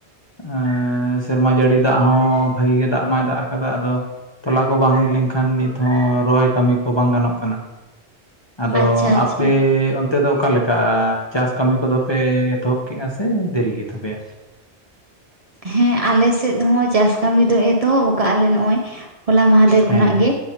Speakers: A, on the left; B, on the right.
A: ᱮᱸᱻ ᱥᱮᱨᱢᱟ ᱡᱟᱹᱲᱤ ᱫᱟᱜ ᱦᱚᱸ ᱵᱷᱟᱜᱤ ᱜᱮ ᱫᱟᱜ ᱢᱟᱭ ᱫᱟᱜ ᱟᱠᱟᱫᱟ ᱟᱫᱚ ᱼᱼ ᱛᱚᱞᱟ ᱠᱚ ᱵᱟᱝ ᱦᱩᱭ ᱞᱮᱱ ᱼᱼ ᱠᱷᱟᱱ ᱱᱤᱛ ᱦᱚᱸ ᱨᱚᱦᱚᱭ ᱠᱟᱹᱢᱤ ᱠᱚ ᱵᱟᱝ ᱜᱟᱱᱚᱜ ᱠᱟᱱᱟ ᱟᱫᱚ
B: ᱟᱪᱪᱷᱟ ᱟᱪᱪᱷᱟ
A: ᱟᱯᱮ ᱚᱱ ᱼᱼ ᱛᱮ ᱫᱚ ᱚᱠᱟᱮᱠᱟ ᱪᱟᱥ ᱠᱟᱹᱢᱤ ᱠᱚᱫᱚ ᱯᱮ ᱮᱛᱚᱦᱚᱵ ᱠᱮᱜᱼᱟ ᱥᱮ ᱫᱮᱨᱤ ᱜᱮ ᱛᱟᱯᱮᱭᱟ?
B: ᱦᱮᱸ ᱟᱞᱮ ᱥᱮᱫ ᱦᱚᱸ ᱪᱟᱥ ᱠᱟᱹᱢᱤ ᱫᱚ ᱮᱛᱚᱦᱚᱵ ᱟᱠᱟᱫᱼᱟ ᱞᱮ ᱱᱚᱜᱼᱚᱭ। ᱦᱚᱞᱟ ᱢᱟᱦᱟᱫᱮᱨ
A: ᱦᱮᱸ
B: ᱠᱷᱚᱱᱟᱜ ᱜᱮ